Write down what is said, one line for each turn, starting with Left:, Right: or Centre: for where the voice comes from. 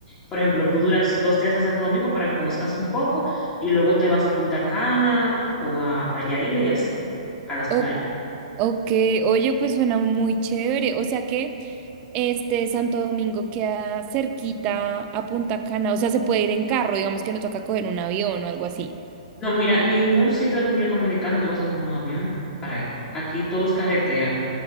Left: Por ejemplo, tú duras dos días en Santo Domingo para que conozcas un poco y luego te vas a Punta Cana o a Bayahíbe y así, a las
Right: ok.
Left: playas.
Right: Ok, oye, pues suena muy chévere. O sea que este Santo Domingo queda cerquita a Punta Cana. O sea, se puede ir en carro, digamos que no toca coger un avión o algo así.
Left: No, mira, ningún sitio de República Dominicana tú vas a coger un avión para ir. Aquí todo es carretera.